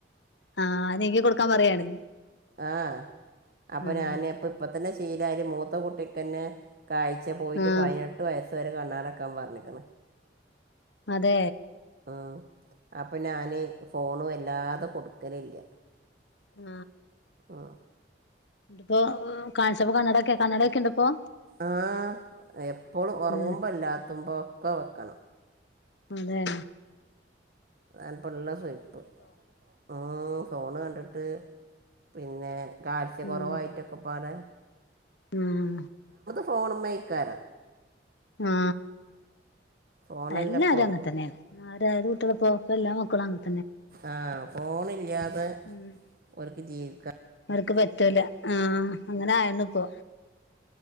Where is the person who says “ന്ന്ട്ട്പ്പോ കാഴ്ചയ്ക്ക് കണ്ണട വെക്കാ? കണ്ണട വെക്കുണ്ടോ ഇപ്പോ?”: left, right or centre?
Left